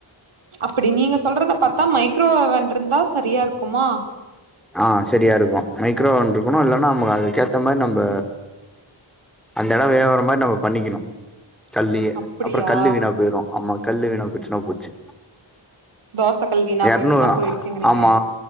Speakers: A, on the right; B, in the centre.
A: அப்பிடி நீங்க சொல்றத பாத்தா மைக்ரோவேவன் இருந்தா செரியா இருக்குமா
B: ஆ சரியா இருக்கு. மைக்ரோவேவன் இருக்கணு. இல்லன்னா நமக்கு அதுக்கு ஏத்த மாரி நம்ப அந்த எடொ வேவுற மாதிரி நம்ம பண்ணிக்கணு. கல்லியே.
A: அப்டியா
B: அப்பொறொ கல்லு வீணா போயிரு. ஆமா கல்லு வீணா போய்டுச்சுன்னா போச்சு.
A: தோசக்கல் வீணா
B: எறநூறு
A: போயிடுச்சுன்னா போயிடுச்சுங்கிறீங்க
B: ஆமா